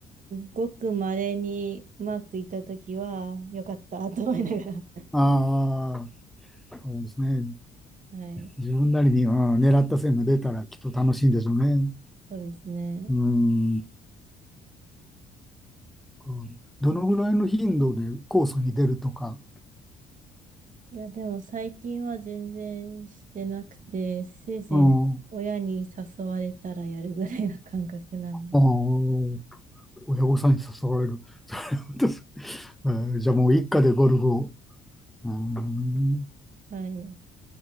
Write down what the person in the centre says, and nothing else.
ああ、そうですね。
自分なりに、うん、狙った線が出たらきっと楽しいんでしょうね。
うん。こうどのぐらいの頻度でコースに出るとか、
うん。あー親御さんに誘われる。<laughs> それはどうす。えーじゃあもう一家でゴルフを。うん。